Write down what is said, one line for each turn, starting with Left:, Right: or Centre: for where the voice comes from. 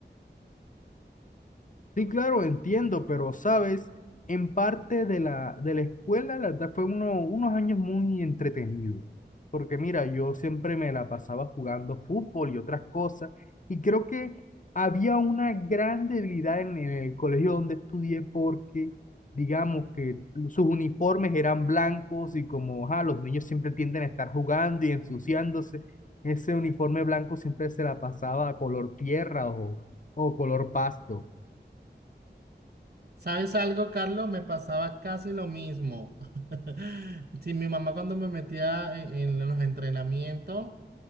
Left: Sí, claro, entiendo, pero sabes, en parte de la, de la escuela, la verdad, fue uno, unos años muy entretenidos, porque mira, yo siempre me la pasaba jugando fútbol y otras cosas, y creo que había una gran debilidad en, en el colegio donde estudié, porque digamos que sus uniformes eran blancos y como ajá, los niños siempre tienden a estar jugando y ensuciándose, ese uniforme blanco siempre se la pasaba a color tierra o, o color pasto.
Right: ¿Sabes algo, Carlos? Me pasaba casi lo mismo. <laughs> Sí, mi mamá cuando me metía en, en los entrenamientos,